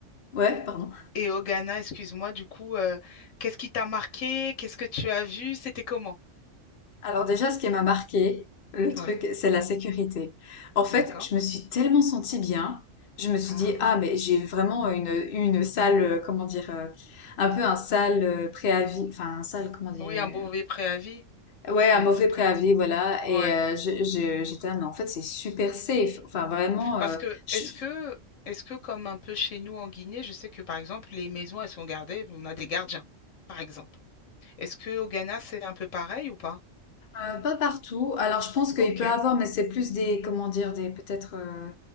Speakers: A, on the left; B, on the left.
A: ouais, pardon.
B: et au Ghana, excuse-moi, du coup, euh, qu'est-ce qui t'a marqué? Qu'est-ce que tu as vu? C'était comment?
A: Alors déjà, ce qui m'a marqué, le truc,
B: Oui.
A: c'est la sécurité. En fait,
B: D'accord.
A: je me suis tellement sentie bien. Je me suis
B: Ah.
A: dit, ah, mais j'ai vraiment une, une salle, euh, comment dire, euh, un peu un sale euh, préavis, enfin, un sale, comment dire,
B: Oui, un mauvais préavis.
A: euh, ouais, un
B: Un
A: mauvais
B: petit peu,
A: préavis, voilà. Et
B: ouais.
A: euh, je- je- j'étais, ah, mais en fait, c'est super safe. Enfin, vraiment,
B: Parce
A: euh,
B: que
A: je-
B: est-ce que est-ce que comme un peu chez nous en Guinée, je sais que par exemple les maisons elles sont gardées, on a des gardiens, par exemple. Est-ce que au Ghana c'est un peu pareil ou pas?
A: euh, pas partout. Alors, je pense qu'il
B: Ok,
A: peut avoir, mais c'est plus des, comment dire, des, peut-être, euh,